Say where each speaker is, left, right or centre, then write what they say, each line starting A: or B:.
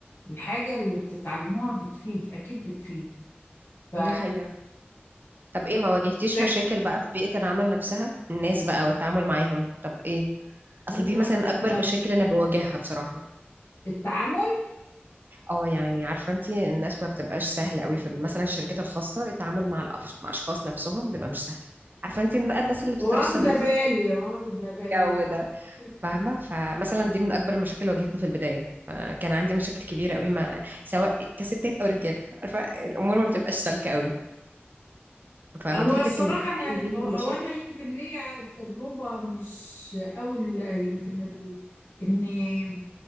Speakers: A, on the left (about 80°); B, on the right (about 50°).
A: الحاجة اللي بتتعلموها بتفيد أكيد بتفيد ف
B: دي حقيقة طب ايه ما واجهتيش
A: ذاك-
B: مشاكل بقى في بيئة العمل نفسها الناس بقى والتعامل معاهم طب ايه
A: لا
B: اصل دي مثلا
A: لا
B: اكبر مشاكل انا بواجهها بصراحة
A: التعامل
B: اه يعني عارفة انت الناس ما بتبقاش سهلة قوي في مثلا الشركات الخاصة التعامل مع الأخ- مع اشخاص نفسهم بيبقى مش سهل عارفة انت بقى الناس اللي بتترصد
A: واخدة
B: لبعض
A: بالي واخدة بالي
B: الجو ده
A: يمكن-
B: فاهمة فمثلا دي من أكبر المشاكل اللي واجهتني في البداية فكان عندي مشاكل كبيرة قوي مع سواء كستات أو رجالة عارفة الأمور ما بتبقاش سالكة قوي فواجهتك
A: هو الصراحة
B: النوعية
A: أنا
B: دي من
A: أو
B: المشاكل
A: أو أنا يمكن ليا تجربة مش أوي ال- يمكن ال... إني